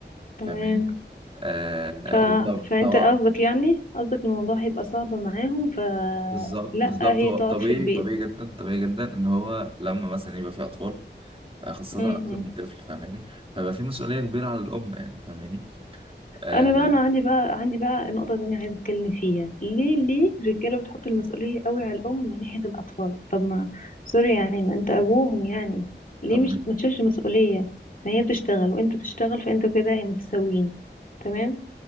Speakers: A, on the left (about 50°); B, on the right (about 30°).
A: تمام
B: فاهماني آه
A: ف...
B: وطبعا
A: فانت قصدك يعني قصدك الموضوع هيبقى صعب معاهم فلا
B: بالظبط بالظبط
A: هي
B: هو
A: تقعد
B: طبيعي
A: في البيت
B: طبيعي جدا طبيعي جدا ان هو لما مثلا يبقى في اطفال آه، خاصة
A: أمم.
B: اكتر
A: أمم.
B: من طفل فاهماني فبقى في مسؤولية كبيرة على الام يعني فاهماني آه
A: انا بقى انا عندي بقى عندي بقى نقطه تانية عايزه اتكلم فيها ليه ليه الرجاله بتحط المسؤوليه قوي على الام من ناحيه الاطفال طب ما سوري يعني ما انت ابوهم يعني ليه
B: طبعا
A: مش ما تشيلش المسؤوليه ما هي بتشتغل وانت بتشتغل فانتوا كده متساويين تمام